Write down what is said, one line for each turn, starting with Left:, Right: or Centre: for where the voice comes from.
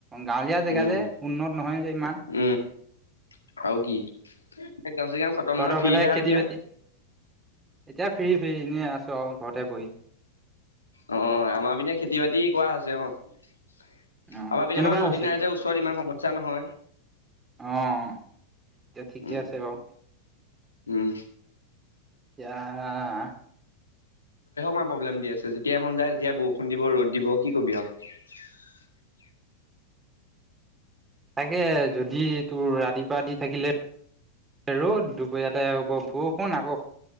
Right: গাঁৱলীয়া জেগা
Left: উম
Right: যে, উন্নত নহয় যে ইমান।
Left: উম আৰু কি? এক্জাম চেগজাম খতম
Right: তহঁতৰ
Left: নহয় ফ্ৰীহে
Right: ফালে খেতি
Left: আৰু এতিয়া
Right: বাতি? এতিয়া ফিৰ ফিৰি, এনেই আছোঁ আৰু ঘৰতে বহি।
Left: অ', আমাৰ পিনে খেতি বাতি কৰা হৈছে অ,। আমাৰ
Right: অ', কেনেকুৱা
Left: পিনে বাৰু নদী
Right: হৈছে
Left: নাই যে, ওচৰত ইমান সমস্যা নহয়।
Right: অ', এই ঠিকে
Left: উম
Right: আছে বাৰু।
Left: উম।
Right: <unintelligible>
Left: প্ৰব্লেম দি আছে। যেতিয়াই মন যায় তেতিয়া বৰষুণ দিব, ৰ'দ দিব কি কৰিব আৰু।
Right: তাকে, যদি তোৰ ৰাতিপুৱা দি থাকিলে ৰ'দ, দুপৰীয়ালৈ হ'ব বৰষুণ। আকৌ